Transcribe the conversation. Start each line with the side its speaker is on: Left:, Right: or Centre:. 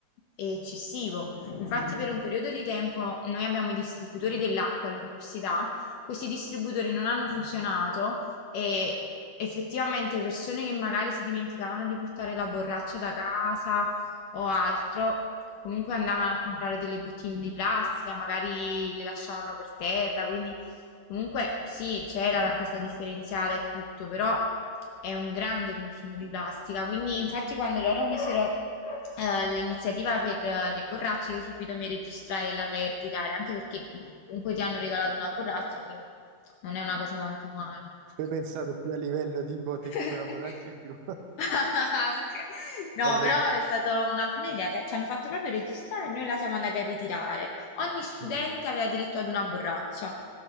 Left: è eccessivo. Infatti per un periodo di tempo noi abbiamo i distributori dell'acqua all'università, questi distributori non hanno funzionato e effettivamente persone che magari si dimenticavano di portare la borraccia da casa o altro, comunque andavano a comprare delle bottiglie di plastica, magari le lasciavano per terra, quindi comunque sì, c'era la raccolta differenziata e tutto, però è un grande consumo di plastica, quindi infatti quando loro misero eh, l'iniziativa per eh, le borracce io subito mi registrai e l'andai a ritirare, anche perché comunque ti hanno regalato una borraccia, quindi non è una cosa tanto male.
Right: Voi pensate più a livello tipo te-
Left: <laughs>
Right: c'è una borraccia in più. <laughs>
Left: Anche. No,
Right: Vabbè,
Left: però
Right: sì.
Left: è stata una buona idea. Ti- Ci hanno fatto proprio registrare e noi la siamo andati a ritirare. Ogni studente
Right: Mm.
Left: aveva diritto ad una borraccia.